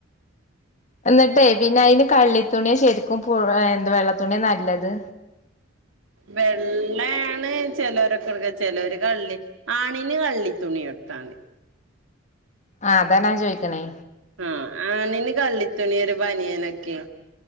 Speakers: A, on the left (about 40°); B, on the right (about 90°).
A: എന്നിട്ടേ പിന്നെ അതിന് കള്ളി തുണിയൊ ശരിക്കും പു എന്താ വെള്ള തുണിയോ നല്ലത്
B: വെള്ളയാണ് ചിലരൊക്കെ എട്ക്ക് ചിലൊരു കള്ളി ആണിന് കള്ളി തുണി എടുത്താതി
A: ആഹ് അതാ ഞാൻ ചോദിക്കണേ
B: ആഹ് ആണിന് കള്ളിത്തുണിയും ഒരു ബനിയേനൊക്കെ